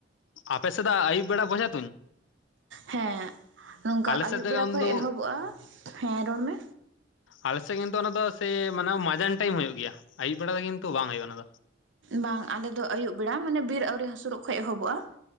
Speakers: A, on the left (about 75°); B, on the right (about 75°).
A: ᱟᱯᱮᱥᱮ ᱫᱚ ᱟᱹᱭᱩᱵ ᱵᱮᱲᱟ ᱵᱚᱡᱷᱟ ᱛᱩᱧ?
B: ᱦᱮᱸ ᱱᱚᱝᱠᱟ
A: ᱟᱞᱮ
B: ᱟᱹᱭᱩᱵ
A: ᱥᱮᱫ ᱫᱚ
B: ᱵᱮᱲᱟ
A: ᱠᱤᱱᱛᱩ
B: ᱠᱷᱚᱱ ᱮᱦᱚᱵᱚᱜᱼᱟ, ᱦᱮᱸ ᱨᱚᱲ ᱢᱮ᱾
A: ᱟᱞᱮᱥᱮᱫ ᱠᱤᱱᱛᱩ ᱚᱱᱟ ᱥᱮᱭ ᱢᱟᱱᱮ ᱢᱟᱡᱟᱱ ᱴᱟᱭᱤᱢ ᱦᱳᱭᱳ ᱜᱮᱭᱟ, ᱟᱭᱩᱵ ᱵᱮᱲᱟ ᱫᱚ ᱠᱤᱱᱛᱩ ᱵᱟᱝ ᱦᱩᱭᱩᱜᱼᱟ ᱚᱱᱟ ᱫᱚ ᱾
B: ᱵᱟᱝ ᱟᱞᱮ ᱫᱚ ᱟᱹᱭᱩᱵ ᱵᱮᱲᱟ ᱢᱟᱱᱮ ᱵᱮᱨ ᱟᱹᱣᱨᱤ ᱦᱟᱹᱥᱩᱨᱚᱜ ᱠᱷ ᱮᱦᱚᱵᱚᱜᱼᱟ᱾